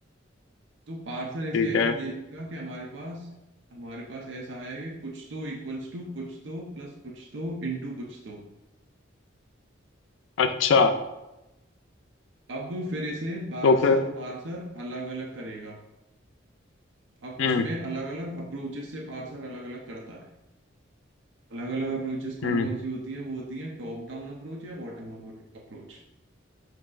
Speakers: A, on the right; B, on the left.
A: तो पार्सर इसे
B: ठीक
A: ऐसे
B: है
A: देखेगा कि हमारे पास हमारे पास ऐसा आया कि कुछ तो इक्वल्स टू कुछ तो प्लस कुछ तो इंटू कुछ तो
B: अच्छा
A: अब फिर इसे पार्सर
B: तो फिर
A: पार्सर अलग अलग करेगा अब
B: हम्म
A: उसमें अलग अलग अप्रोचेस से पार्सर अलग अलग करता है अलग अलग अप्रोचेस कौन
B: हम्म
A: कौन सी होती हैं वो होती हैं टॉप डाउन अप्रोच या बॉटम अप अप्रोच